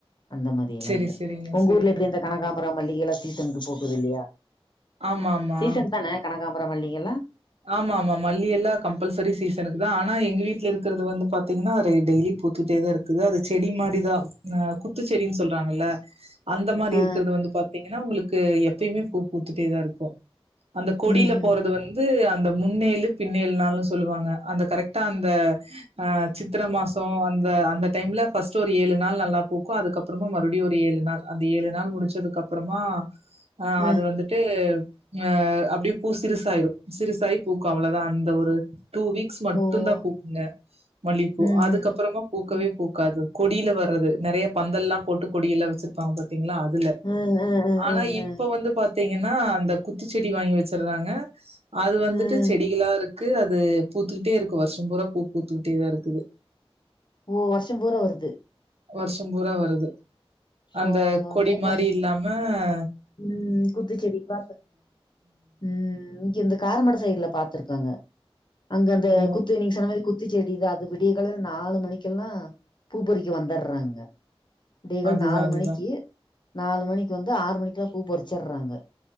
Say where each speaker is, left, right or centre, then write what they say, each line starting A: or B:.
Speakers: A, on the left (about 50°); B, on the right (about 85°).
A: அந்த மாதிரி எல்லாம்ங்க
B: செரி செரிங்க
A: உங்க
B: செரிங்க
A: ஊர்ல எப்டி இருந்த கனகாம்பரம்மல்லிக எல்லா சீசனுக்கு போகுது இல்லையா
B: ஆமா ஆமா
A: சீசன் தானே கனகாம் அப்புறோ மல்லிக லா
B: ஆமா ஆமா மல்லி எல்லா கம்பல்சரி சீசன்குதா ஆனா எங்க வீட்டுல இருக்கிறது வந்து பாத்தீங்கன்னா அரே டெய்லி பூத்துட்டேதா இருக்குது அது செடி மாரி இதா குத்துச்செடின்னு சொல்றாங்கல்ல அந்த மாதிரி
A: ஆ
B: இருக்கறது வந்து பாத்தீங்கன்னா உங்களுக்கு க்கு எப்பயுமே பூ பூத்துட்டேதா இருக்கு அந்த கொடியில
A: ம் ம்
B: போறது வந்து து அந்த முன்னேழு பின்னேழு நாளுனு சொல்லுவாங்க அந்த கரெக்டா அந்த அ சித்திர மாசோ அந்த அந்த டைம்ல பஸ்ட் ஒரு ஏழு நாள் நல்லா பூக்கு அதுக்கப்புறமா மறுபடியு ஒரு ஏழு நாள் அந்த ஏழு நாள் முடிச்சதுக்கு அப்புறமா ஆ
A: ம்.
B: அது வந்துட்டு அ அப்டியே பூ சிரிசாயிரு சிறுசாயி பூக்கு அவளோதா அந்த ஒரு டூ வீக்ஸ் மட்டு
A: ஓ
B: தா பூக்குங்க மல்லிப்பூ
A: ம்ஹ்ம்.
B: அதுக்கப்புறமா பூக்கவே
A: ம். ம்.
B: பூக்காது கொடியில வர்றது நெறைய பந்தல்லாம் போட்டு கொடியில வச்சிருப்பாங்க பாரு பாத்திங்களா அதுல
A: ம். ம். ம். ம்.
B: ஆனா இப்ப
A: ம்.
B: வந்து பாத் பாத்தீங்கன்னா அந்த குத்துச்செடி வாங்கி வச்சிடுறாங்க அது வந்துட்டு
A: ம்.
B: செடிகளா இருக் க்கு அது பூத்துக்கிட்டே இருக்கும் வருஷம் பூரா பூ பூத்துக்கிட்டே தா இருக்குது
A: ஓ வருஷம் பூரா வருது
B: வருஷம் பூரா வருது அந்த
A: ஓ!
B: கொடி
A: அந்த இந்த
B: மாரி இல்லாம ஆ
A: ம் குத்துச்சேடி பாத்து ம் இங்க இந்த காரமட சைடுல பாத்துருக்கேங்க அங்க அந்த
B: ஓ
A: குத்தி நீங்க சொன்ன மாரி குத்தி செடி தா அது விடிய காலைல நாலு மணிக்கெல்லாம் பூ பறிக்க வந்துடுறாங்க விடிய கால்
B: அதுதா
A: நாலு
B: அதுதா
A: மணிக்கு நாலு மணிக்கு வந்து ஆறு மணிக் பூ பொறிச்சிடுறாங்க